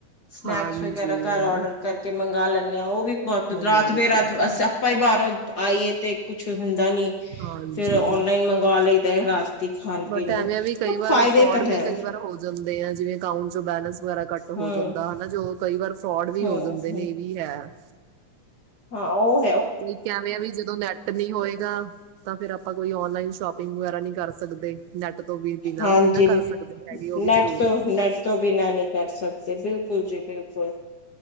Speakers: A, on the left; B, on the right.
A: ਸਨੈਕਸ
B: ਹਾਂਜੀ
A: ਵਗੈਰਾ ਘਰ ਔਡਰ ਕਰਕੇ ਮੰਗਾ ਲੈਂ ਨੇ ਆ ਉਹ ਵੀ ਬਹੁਤ
B: ਹੋਰ
A: ਰਾਤ ਬੇ ਰਾਤ
B: ਕਿਆ
A: ਆਪਾਂ ਹੀ ਬਾਹਰੋ ਆਈਏ ਤੇ ਕੁੱਛ ਹੁੰਦਾ ਨੀ
B: ਹਾਂਜੀ।
A: ਫਿਰ ਔਨਲਾਈਨ ਮੰਗਵਾ ਲਈ ਦੇ ਰਾਤ ਦੀ ਖਾਣ
B: ਬਟ
A: ਪੀਣ
B: ਐਵੇਂ
A: ਨੂੰ
B: ਵੀ ਕਈ ਵਾਰ
A: ਫਾਇਦੇ
B: ਫਰੋਡ
A: ਤਾਂ
B: ਵੀ
A: ਹੈ
B: ਕਈ ਵਾਰ ਹੋ ਜਾਂਦੇ ਏ, ਜਿਵੇਂ ਅਕਾਊਂਟ ਚੋਂ ਬੈਲੈਂਸ ਵਗੈਰਾ ਕੱਟ
A: ਹਮ
B: ਹੋ ਜਾਂਦਾ ਹਨਾ ਜੋ ਕਈ ਵਾਰ ਫਰੋਡ ਵੀ
A: ਹਮ
B: ਹੋ ਜਾਂਦੇ
A: ਹਮ
B: ਨੇ ਇਹ ਵੀ ਹੈ। <inaudible>
A: ਆਹੋ
B: ਤੇ ਕਿਵੇਂ ਆ ਵੀ ਜਦੋਂ ਨੈਟ ਨਹੀ ਹੋਏਗਾ, ਤਾਂ ਫਿਰ ਆਪਾਂ ਕੋਈ ਔਨਲਾਈਨ ਸ਼ੋਪ ਪਿਂਗ ਵਗੈਰਾ ਨਹੀਂ ਕਰ ਸਕਦੇ। ਨੈਟ ਤੋਂ ਵੀ ਬਿਨਾਂ
A: ਹਾਂਜੀ
B: ਵੀ ਨਹੀਂ ਨਾ ਕਰ ਸਕਦੇ ਹੈਗੇ ਉਹ
A: ਨੈਟ
B: ਵੀ ਜ਼ਰੂਰੀ
A: ਤੋਂ ਨੈਟ ਤੋਂ ਬਿਨਾ ਨਹੀਂ ਕਰ ਸਕਦੇ ਬਿਲਕੁਲ ਜੀ ਬਿਲਕੁਲ